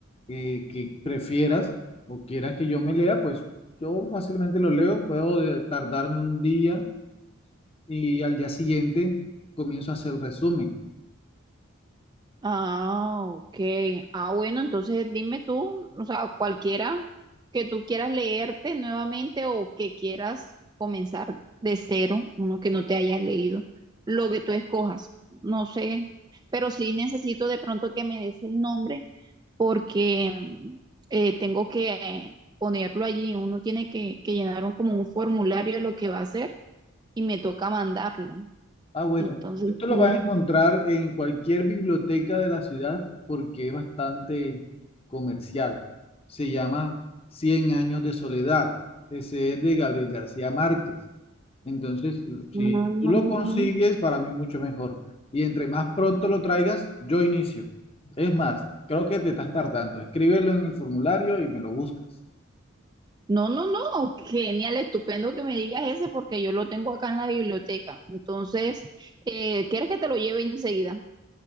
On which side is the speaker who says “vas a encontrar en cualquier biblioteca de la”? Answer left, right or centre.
Left